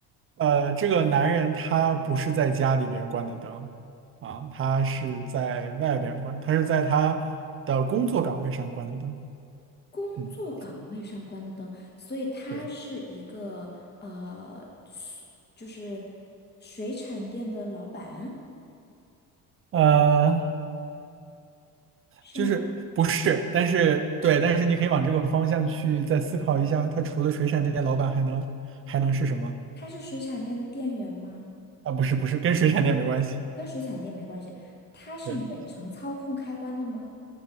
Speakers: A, on the right; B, on the left.
A: 呃，这个男人他不是在家里边关的灯啊，他是在外边关，他是在他的工作岗位上关的灯。
B: 工作岗位上关的灯，
A: 嗯，
B: 所以他是一个呃，
A: 对，
B: 水就是水产店的老板，
A: 呃，
B: 是吗？
A: 就是不是，但是对，但是你可以往这个方向去再思考一下，他除了水产店老板还能还能是什么？
B: 他是水产店的店员吗？
A: 啊，不是不是，跟水产店没关系。
B: 跟水产店没关系，他是远程操控开关的吗？
A: 对。